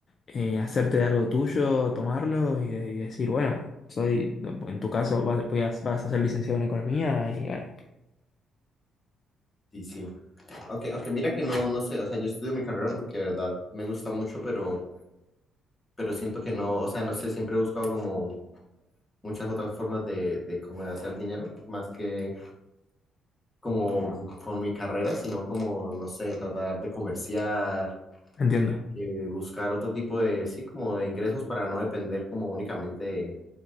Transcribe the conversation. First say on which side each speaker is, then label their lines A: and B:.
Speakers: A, on the left; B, on the left.
A: eh, hacerte de algo tuyo, tomarlo y, de- y decir, bueno, soy, en tu caso, vas, voy a- vas a ser licenciado en economía y bueno,
B: Sí, sí. Aunque, aunque mira que no, no sé, o sea, yo estudio mi carrera porque de verdad me gusta mucho, pero, pero siento que no, o sea, no sé, siempre he buscado como muchas otras formas de, de como de hacer dinero, más que como con mi carrera, sino como, no sé, tratar de comerciar,
A: entiendo,
B: de buscar otro tipo de, sí, como de ingresos para no depender como únicamente de,